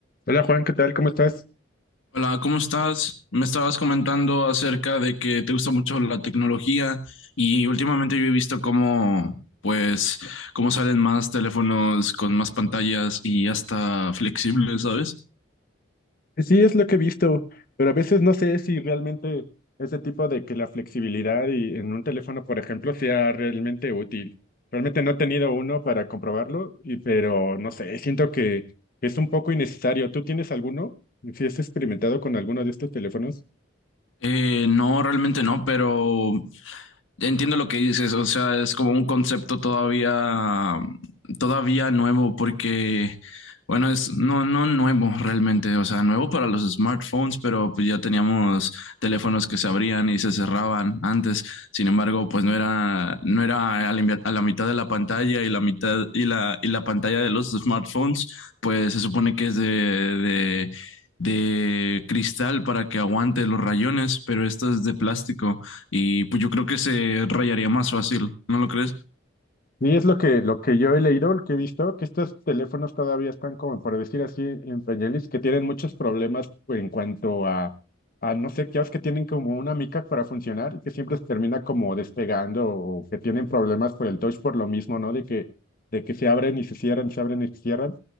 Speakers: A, on the left (about 45°); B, on the left (about 80°).
A: Hola Juan, ¿qué tal? ¿Cómo estás?
B: Hola, ¿cómo estás? Me estabas comentando acerca de que te gusta mucho la tecnología y últimamente yo he visto cómo, pues, cómo salen más teléfonos con más pantallas y hasta flexibles, ¿sabes?
A: Sí, es lo que he visto, pero a veces no sé si realmente ese tipo de que la flexibilidad y en un teléfono, por ejemplo, sea realmente útil. Realmente no he tenido uno para comprobarlo, y, pero no sé, siento que es un poco innecesario. ¿Tú tienes alguno? ¿Si has experimentado con alguno de estos teléfonos?
B: Eh, no, realmente no, pero Entiendo lo que dices, o sea, es como un concepto todavía, todavía nuevo, porque, bueno, es no, no nuevo realmente, o sea, nuevo para los smartphones, pero pues ya teníamos teléfonos que se abrían y se cerraban antes. Sin embargo, pues no era, no era a la, invi- a la mitad de la pantalla y la mitad y la, y la pantalla de los smartphones, pues se supone que es de, de de cristal para que aguante los rayones, pero esto es de plástico. Y pues yo creo que se rayaría más fácil, ¿no lo crees?
A: Y es lo que, lo que yo he leído, lo que he visto, que estos teléfonos todavía están como, por decir así, en pañales, que tienen muchos problemas en cuanto a, a no sé, qué que tienen como una mica para funcionar y que siempre se termina como despegando o que tienen problemas por el touch por lo mismo, ¿no? De que, de que se abren y se cierran, se abren y se cierran.